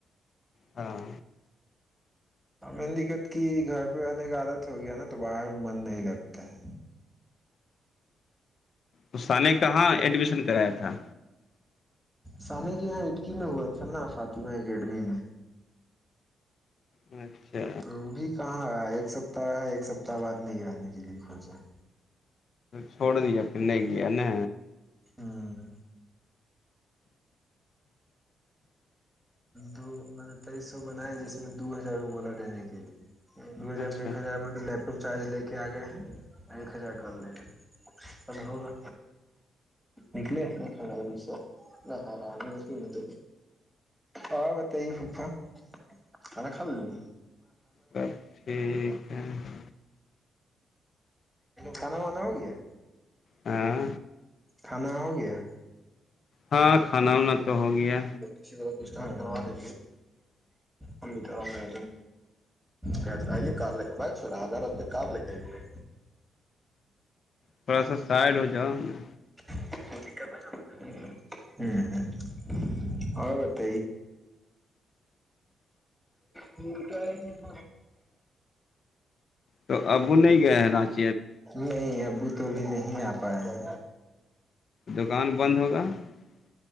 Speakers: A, on the left; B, in the centre.
A: ہاں
B: ہ دقت کی گھر پہ رہنے کا عادت ہو گیا نا تو باہر میں من نہیں لگتا ہے
A: استا نے کہاں ایڈمیشن کرایا تھا
B: سامے کی یہاں اٹکی میں ہوا تھا نا فاطمہ اکیڈمی میں
A: اچھا
B: تو وہ بھی کہاں آ ایک سپتہ رہ ہے ایک سپتتااہ بد نہیں رہنے کے لیے کھ جائے
A: چھوڑ دیا پھر نہیں کیایا نا
B: ہاں دو میں نے تئیس سو بنایا جس میں دو ہزار بولا دینے کے لیے دو ہزار
A: اچھا
B: میں ایک ہزار م ل آٹو چارج لے کے آ گئے ہیں ایک ہزار کر دیجیے کل ہوگا نکلے ھنڈا پس رہ ہ ر ا مدے اور بتائیے پفا کھانا کھا ل
A: سب ٹھیک ہے <unintelligible>
B: کھانا وانا ہو گیا
A: ہاں
B: کھانا ہو گیا
A: ہاں کھانا وانا تو ہو گیا
B: کسی طرح ک کروا دے امی طر میں کہ آئیے کار لے کر ب آدھار آتے کار لے کے آئیے
A: تھوڑا سا سائل ہو جاؤ نا
B: ہوں اور بت <inaudible> پ نٹ <unintelligible>
A: تو اب وہ نہیں گیا ہے راج
B: نہیں ابو تو اب نہیں آ پایا ہے
A: دکان بند ہوگا <unintelligible>